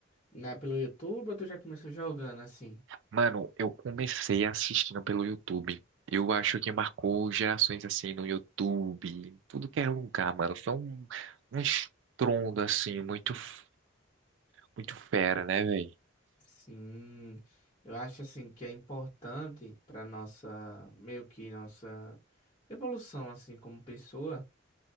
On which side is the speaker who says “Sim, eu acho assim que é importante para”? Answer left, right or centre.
Left